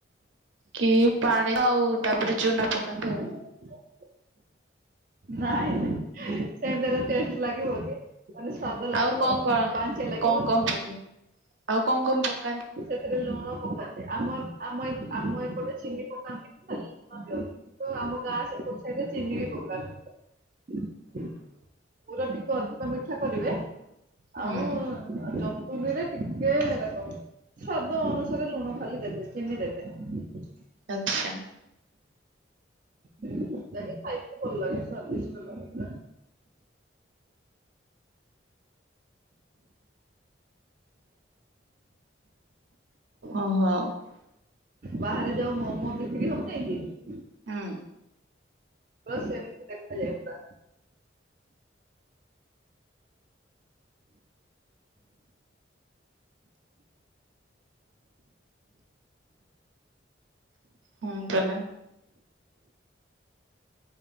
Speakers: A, on the right (about 80°); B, on the right (about 45°).
A: କି ପାଣି ଆଉ ତାପରେ ଚୁନା ପକାନ୍ତି
B: <unintelligible>
A: ଆଉ
B: ନାଇଁ ନାଇଁ ସେନ୍ତି ହେଲେ ଟେଷ୍ଟ ଲାଗିବ କି? ମାନେ ସ୍ଵାଦ ଲାଗିବ
A: ଆଉ କଣ
B: ପାଣିଚିଆ ଲାଗିବନି।
A: କଣ କଣ କଣ ପ ଆଉ କଣ କଣ ପ
B: ସେଥିରେ ଲୁଣ ପକାନ୍ତି ଆମ ଆମ ଆମ ଏପଟେ ଚିନି ପକାନ୍ତି। ଖାଲି ଲୁନ ଦିଅନ୍ତି କି ତ ଆମ ଗାଁ ସେପଟ ସାଇଟ୍ ଚିନି ବି ପୋକନି। ପୁର ଟିକେ ଅଧିକ ମିଠା କରିବେ ଆଉ
A: ହୁଁ
B: ଆଉ ଜପନୀରେ ଟିକେ ହେଲା ସ୍ଵାଦ ଅନୁସାରେ ଲୁଣ ଖାଲି ଦେବେ ଚିନି ଦେବେନି।
A: ଆଚ୍ଛା।
B: ଯେ ଖାଇ ତେ ଭଲ ଲାଗେ ସ୍ଵଦିଷ୍ଟ ଲାଗେ।
A: ଓହୋ।
B: ବାହାରେ ଯାଉ ମୋମୋ ବିକ୍ରୀ ହଉ ନାଇଁ କି?
A: ହୁଁ
B: ବସ୍ ଏମିତି ଦେଖାଯାଏ। ପୁରା
A: ହୁଁ ତାଲେ